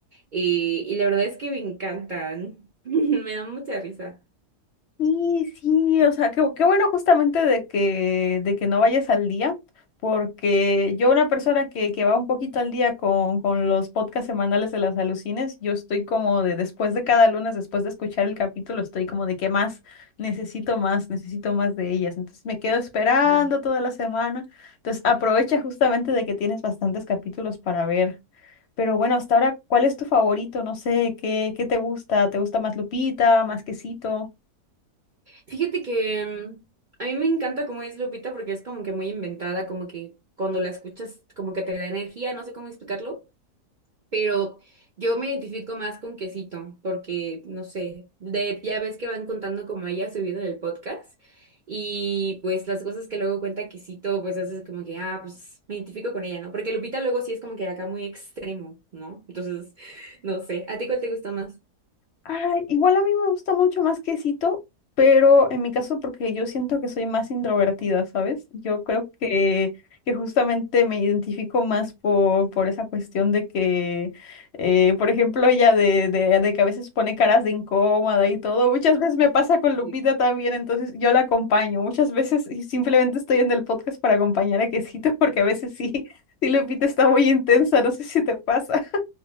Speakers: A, on the right; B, on the left.
A: Eh, y la verdad es que me encantan. <laughs> Me dan mucha risa.
B: Sí, sí, o sea, qué, qué bueno justamente de que, de que no vayas al día, porque yo una persona que, que va un poquito al día con, con los podcasts semanales de las alucines, yo estoy como de después de cada lunes, después de escuchar el capítulo, estoy como de qué más, necesito más, necesito más de ellas. Entonces me quedo esperando
A: Sí.
B: toda la semana. Entonces aprovecha justamente de que tienes bastantes capítulos para ver. Pero bueno, hasta ahora, ¿cuál es tu favorito? No sé, ¿qué, qué te gusta? ¿Te gusta más Lupita, más Quesito?
A: Fíjate que mm, a mí me encanta cómo es Lupita porque es como que muy inventada, como que cuando la escuchas como que te da energía, no sé cómo explicarlo. Pero yo me identifico más con Quesito, porque no sé, de, ya ves que van contando como ella subido en el podcast, y pues las cosas que luego cuenta Quesito, pues haces como que, ah, pues me identifico con ella, ¿no? Porque Lupita luego sí es como que acá muy extremo, ¿no? Entonces, <laughs> no sé, ¿a ti cuál te gusta más?
B: Ay, igual a mí me gusta mucho más quesito, pero en mi caso porque yo siento que soy más introvertida, ¿sabes? Yo creo que, que justamente me identifico más por, por esa cuestión de que, eh, por ejemplo, ella de, de, de que a veces pone caras de incómoda y todo. Muchas veces me pasa con Lupita
A: Ujú.
B: también, entonces yo la acompaño. Muchas veces y simplemente estoy en el podcast para acompañar a quesito <laughs> porque a veces sí, sí, Lupita está muy intensa, no sé si te pasa.